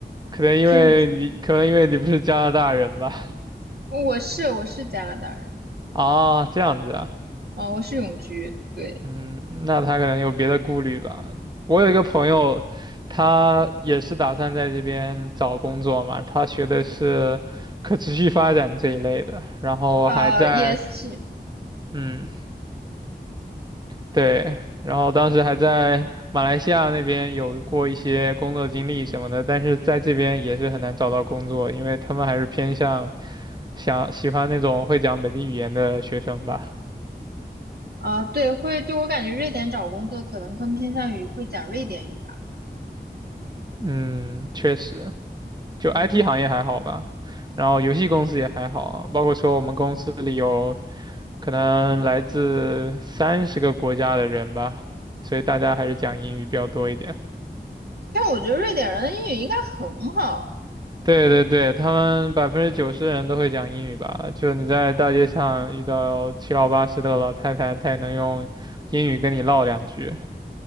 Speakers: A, on the right; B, on the right.
A: 可能因为你，
B: 纠结。
A: 可能因为你不是加拿大人吧？
B: 我是我是加拿大人，
A: <laughs> 啊，这样子啊，
B: 啊、我是永居，对，
A: 嗯，那他可能有别的顾虑吧。我有一个朋友，他也是打算在这边找工作嘛，他学的是可持续发展这一类的，然后还在，
B: 呃，S 是，
A: 嗯，对，然后当时还在马来西亚那边有过一些工作经历什么的，但是在这边也是很难找到工作，因为他们还是偏向。想喜欢那种会讲本地语言的学生吧。
B: 啊、对，会，就我感觉瑞典找工作可能更偏向于会讲瑞典语吧，
A: 嗯，确实，就
B: 嗯，
A: IT 行业还好吧，然后游戏公司也还好，包括说我们公司里有可能来自三十个国家的人吧，所以大家还是讲英语比较多一点。
B: 但我觉得瑞典人的英语应该很好
A: 对对对，他们百分之九十的人都会讲英语吧？就你在大街上遇到七老八十的老太太，她也能用英语跟你唠两句。